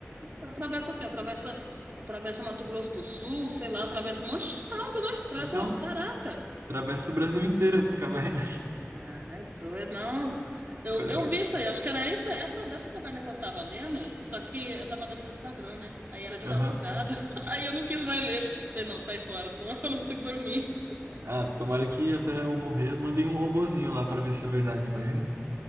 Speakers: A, on the right (about 40°); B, on the right (about 75°).
A: Atravessa o quê? Atravessa, atravessa Mato Grosso do Sul, sei lá, atravessa um monte de estado, né? Atravessa,
B: Então,
A: caraca.
B: atravessa o Brasil inteiro essa caverna. <laughs>
A: Ah, é doido, não.
B: Espero
A: Eu, eu
B: que.
A: vi isso aí, acho que era isso, essa dessa caverna que eu tava lendo, só que eu tava lendo no Instagram, né? Aí era de
B: Aham.
A: madrugada, <laughs> aí eu não quis mais ler. Falei, não, sai fora, senão <laughs> eu não consigo dormir.
B: Ah, tomara que até eu morrer mandem um robozinho lá para ver se é verdade, imagina?